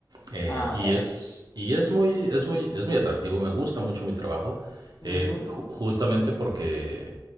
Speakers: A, on the right; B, on the left.
A: eh,
B: Ah,
A: y
B: ok.
A: es, y es muy, es muy, es muy atractivo, me gusta mucho mi trabajo, eh,
B: Ujú,
A: ju- justamente porque